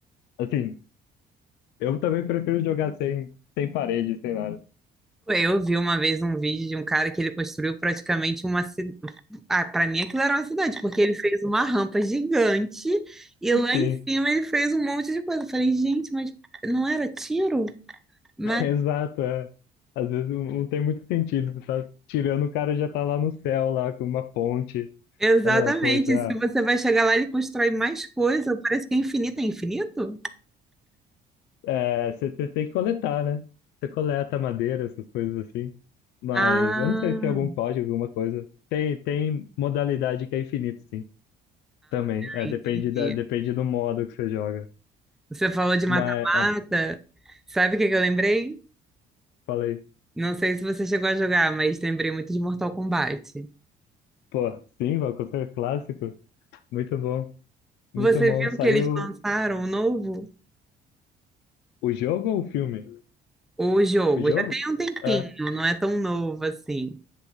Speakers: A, on the left; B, in the centre.
A: Assim, eu também prefiro jogar sem, sem parede, sem nada.
B: Eu vi uma vez um vídeo de um cara que ele construiu praticamente uma cidade. Ah, para mim aquilo era uma cidade, porque ele fez uma rampa gigante e lá
A: Sim,
B: em cima ele fez um monte de coisa. Eu falei, gente, mas não era tiro? Mas
A: <laughs> exato, é. Às vezes não não tem muito sentido. Você tá tirando, o cara já tá lá no céu, lá com uma ponte.
B: exatamente,
A: Aí fala, poxa,
B: se
A: ah,
B: você vai chegar lá, ele constrói mais coisa. Parece que é infinito, é infinito?
A: É, você te- tem que coletar, né? Você coleta madeira, essas coisas assim. Mas
B: Ah,
A: eu não sei se tem algum código, alguma coisa. Tem, tem modalidade que é infinito, sim. Também. É,
B: entendi.
A: depende da, depende do modo que você joga.
B: Você falou de mata-mata.
A: Mas, é,
B: Sabe o que que eu lembrei?
A: falei.
B: Não sei se você chegou a jogar, mas lembrei muito de Mortal Kombat.
A: Pô, sim, Valkyrie clássico. Muito bom. Muito
B: Você
A: bom.
B: viu
A: Saiu
B: que eles lançaram o novo?
A: o jogo ou o filme?
B: O jogo.
A: O jogo?
B: Já tem um tempinho,
A: É,
B: não é tão novo assim.